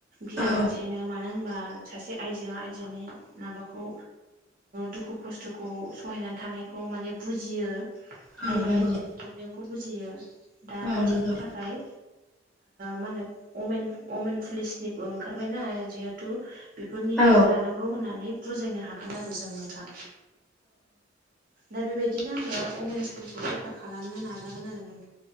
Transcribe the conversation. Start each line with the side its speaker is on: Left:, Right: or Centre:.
Right: गियालासेनो
Centre: औ
Right: मानो होनबा सासे आइजोआ आइजोनि माबाखौ दुखु खस्थ'खौ सहायनानै थानायखौ खौ माने बुजियो
Centre: औ
Right: आयजोआ
Centre: नंगौ
Right: आयजोनि प्रब्लेमखौ बुजियो दा
Centre: औ
Right: बिदिनि
Centre: नंगौ
Right: थाखाय मानो अमेन अमेन पुलिसनिबो ओंखारबायना जिहेथु बेफोरनि
Centre: औ
Right: हेल्प लानांगौ होननानै बुजायनो हागोन आरो जों नोंथां दा बेबायदिनो आङो अमेन्सफोरखौ रैखा खालामनो नाजागोन आरो नों